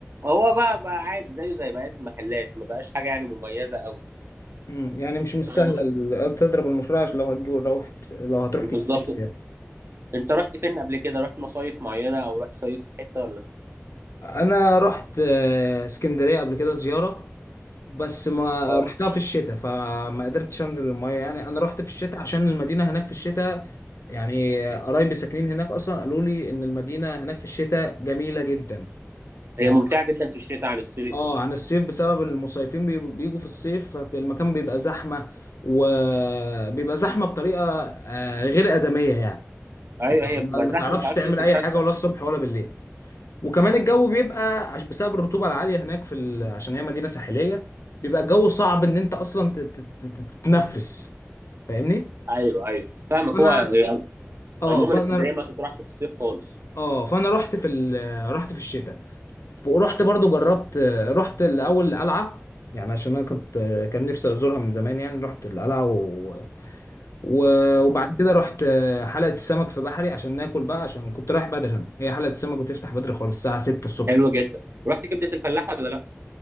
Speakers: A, on the right; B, on the left.
A: هو بقى بقى عادي زيه زي بقيه المحلات ما بقاش حاجه يعني مميزه قوي
B: مم. يعني مش مستاهله
A: فاهمني
B: ال- تضرب المشروع عشان لو هتجيب لو هت- لو هتروح
A: بالظبط
B: تجيب لبس يعني
A: انت رحت فين قبل كده رحت مصايف معينه او رحت صيفت في حته ولا
B: انا رحت آه، اسكندريه قبل كده زياره بس ما
A: اه
B: رحتها في الشتاء فما قدرتش انزل المايه يعني انا رحت في الشتاء عشان المدينه هناك في الشتاء يعني آه، قرايبي ساكنين هناك اصلا قالوا لي ان المدينه هناك في الشتاء جميله جدا
A: هي
B: اه
A: ممتعه جدا في الشتاء عن الصيف
B: آه، عن الصيف بسبب المصيفين بي- بيجوا في الصيف فالمكان بيبقى زحمه وبيبقى زحمه بطريقه آه، غير ادميه يعني
A: ايوه هي
B: ما
A: بتبقى
B: ما
A: زحمه
B: تعرفش
A: ما بتعرفش
B: تعمل
A: تتفسح
B: اي حاجه ولا الصبح ولا بالليل وكمان الجو بيبقى عش- بسبب الرطوبه العاليه هناك في ال... عشان هي مدينه ساحليه بيبقى الجو صعب ان انت اصلا ت- ت- ت- ت- تتنفس فاهمني
A: ايوه ايوه فاهمك
B: فانا
A: هو آه،
B: اه
A: عموما
B: فانا
A: اسكندريه ما تطرحش في الصيف خالص
B: اه فانا رحت في ال... رحت في الشتاء ورحت برضو جربت رحت الاول القلعه يعني عشان انا كنت كان نفسي ازورها من زمان يعني رحت القلعه و... و- وبعد كده رحت آه، حلقة السمك في بحري عشان ناكل بقى عشان كنت رايح بدري انا هي حلقة السمك بتفتح بدري خالص الساعة 6 الصبح
A: حلوه جدا رحت كبده الفلاح ولا لا